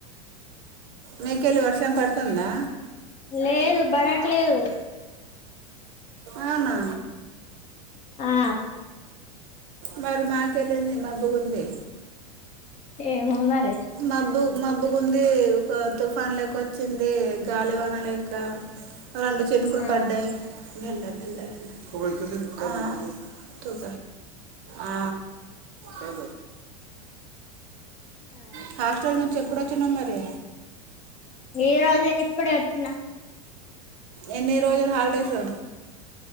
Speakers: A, on the right; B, on the left.
A: మీకేళ్ళి వర్షం పడుతుందా
B: లేదు బడట్లేదు
A: అవునా
B: ఆ
A: మరి మాకెళ్ళెంది మబ్బుగుంది
B: ఏమో మరి
A: మబ్బు మబ్బుగుంది ఒక తుఫాన్ లెక్క వచ్చింది గాలివాన లెక్క రెండు చినుకులు
B: ఆ
A: పడ్డయి మెల్ల మెల్ల మెల్లగ ఆ ఆ
B: ఆ
A: ఆహా హాస్టల్ నుంచి ఎప్పుడొచ్చినవ్ మరి
B: ఈ రోజే ఇప్పుడే వచ్చిన
A: ఎన్ని రోజులు హాలిడేసు